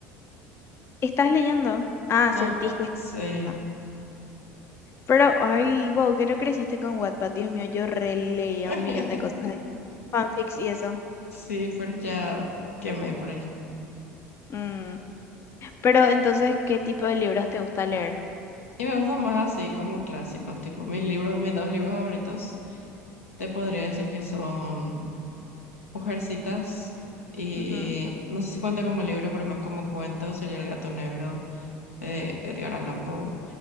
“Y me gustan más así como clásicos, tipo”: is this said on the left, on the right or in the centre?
Left